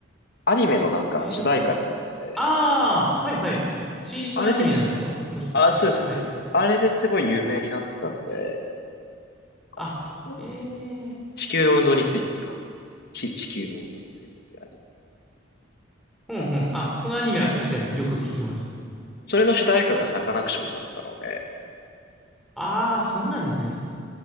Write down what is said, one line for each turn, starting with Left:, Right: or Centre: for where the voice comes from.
Left: アニメのなんか主題歌になって、
Centre: えー、あー、はい、はい。血のアニメなんですかのしてはい。
Left: あれで、あ、そうです、そうです。あれですごい有名になったので、なんかそういう
Centre: あ、えー、
Left: 地球の運動についてか。ち、地球の運動についてっていうアニメ。
Centre: ほんほん。あ、そのアニメは確かによく聞きます。
Left: それの主題歌がサカナクションだったので、
Centre: あー、そうなんですね。